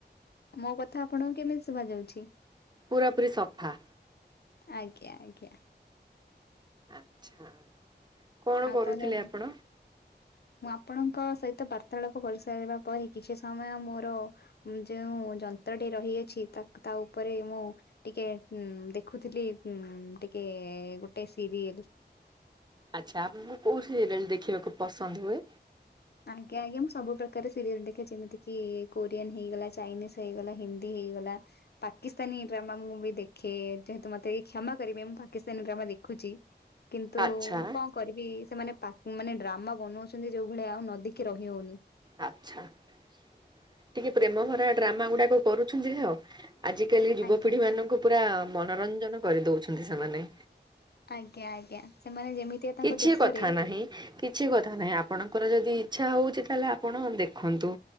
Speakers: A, on the left; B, on the right.
A: ମୋ କଥା ଆପଣଙ୍କୁ କେମିତି ଶୁଭା ଯାଉଛି?
B: ପୁରା ପୁରି ସଫା।
A: ଆଜ୍ଞା ଆଜ୍ଞା।
B: ଆଚ୍ଛା। କଣ
A: ଆଉ
B: କରୁଥିଲେ
A: ତାହେନେ
B: ଆପଣ?
A: ମୁଁ ଆପଣଙ୍କ ସହିତ ବାର୍ତ୍ତାଳାପ କରିସାରିବା ପରେ କିଛି ସମୟ ମୋର ଯୋଉ ଯନ୍ତ୍ରଟି ରହିଅଛି ତା ଉପରେ ମୁଁ ଟିକେ ଦେଖୁଥିଲି ଉଁ ଟିକେ ଗୋଟେ ସିରିଏଲ।
B: ଆଚ୍ଛା ଆପଣଙ୍କୁ କୋଉ ସିରିଏଲ ଦେଖିବାକୁ ପସନ୍ଦ ହୁଏ?
A: ଆଜ୍ଞା ଆଜ୍ଞା ମୁଁ ସବୁ ପ୍ରକାର ସିରିଏଲ ଦେଖେ ଯେମିତିକି କୋରିଆନ ହେଇଗଲା ଚାଇନିଜ ହେଇଗଲା ହିନ୍ଦୀ ହେଇଗଲା। ପାକିସ୍ତାନୀ ଡ୍ରାମା ମୁଁ ବି ଦେଖେ ଯେହେତୁ ମତେ କ୍ଷମା କରିବେ ମୁଁ ପାକିସ୍ତାନୀ ଡ୍ରାମା ଦେଖୁଛି। କିନ୍ତୁ
B: ଆଚ୍ଛା
A: କଣ କରିବି ସେମାନେ ପା ମାନେ ଡ୍ରାମା ବନଉଛନ୍ତି ଯୋଉ ଭଳିଆ ଆଉ ଦେଖି ରହି ହଉନି।
B: ଆଚ୍ଛା ଟିକେ ପ୍ରେମ ଭରା ଡ୍ରାମା ଗୁଡାକ କରୁଛନ୍ତି ଆଉ। ଆଜି କାଲି ଯୁବପିଢ଼ି
A: ଆଜ୍ଞା
B: ମାନଙ୍କୁ ପୁରା ମନୋରଞ୍ଜନ କରିଦଉଛନ୍ତି ସେମାନେ।
A: ଆଜ୍ଞା ଆଜ୍ଞା ସେମାନେ ଯେମିତିଆ
B: କିଛି
A: ତାଙ୍କ ଦେଶରେ
B: କଥା ନାହିଁ କିଛି କଥା ନାହିଁ ଆପଣଙ୍କର ଯଦି ଇଚ୍ଛା ହଉଛି ତାହେଲେ ଆପଣ ଦେଖନ୍ତୁ